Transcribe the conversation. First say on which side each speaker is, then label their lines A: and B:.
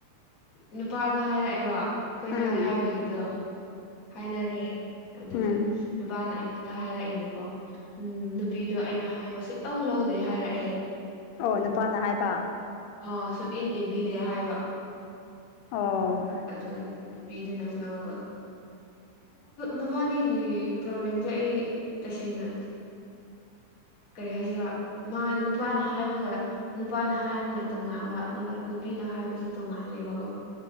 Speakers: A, on the left; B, on the left.
A: ꯅꯨꯄꯥꯅ ꯍꯥꯏꯔꯛꯑꯦꯕ ꯀꯣꯏꯅꯔꯦ
B: ꯎꯝ
A: ꯍꯥꯏꯕꯒꯤꯗꯣ ꯍꯥꯏꯅꯔꯦ ꯑꯗꯨꯗ
B: ꯎꯝ
A: ꯅꯨꯄꯥꯅ ꯑꯩꯉꯣꯟꯗ ꯍꯥꯏꯔꯛꯏꯅꯤꯀꯣ ꯎꯝ ꯅꯨꯄꯤꯗꯣ ꯑꯩꯅ ꯍꯥꯏꯕ ꯁꯤꯠ ꯂꯧ ꯂꯧꯗꯦ ꯍꯥꯏꯔꯛꯑꯦ
B: ꯑꯣ ꯅꯨꯄꯥꯅ ꯍꯥꯏꯕ
A: ꯑ ꯁꯨ ꯏꯟ ꯏꯟꯕꯤꯔꯦ ꯍꯥꯏꯕ
B: ꯑꯣ
A: ꯑꯗꯨ ꯅꯨꯄꯤꯗꯨꯅꯁꯨ ꯑꯃꯨꯛ ꯃꯕꯥꯅꯤꯒꯤ ꯄ꯭ꯔꯣꯕ꯭ꯂꯦꯝꯁꯦ ꯑꯩ ꯇꯁꯦꯡꯅ ꯀꯔꯤ ꯍꯥꯏꯁꯤꯔꯥ ꯃꯥ ꯅꯨꯄꯥꯅ ꯍꯥꯏꯕꯒ ꯅꯨꯄꯥꯅ ꯍꯥꯏꯕꯅ ꯇꯣꯉꯥꯟꯕ ꯑꯗꯨꯒ ꯅꯨꯄꯤꯅ ꯍꯥꯏꯕꯁꯨ ꯇꯣꯡꯉꯥꯂꯦꯕꯀꯣ